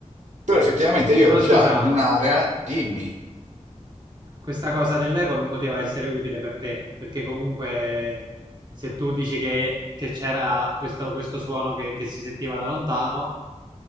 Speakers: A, on the right (about 70°); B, on the right (about 35°).
A: Però effettivamente io
B: Però
A: ero già
B: scusa,
A: in un'area, dimmi,
B: questa cosa dell'ego non poteva essere utile per te, perché comunque se tu dici che, che c'era questo, questo suono che, che si sentiva da lontano,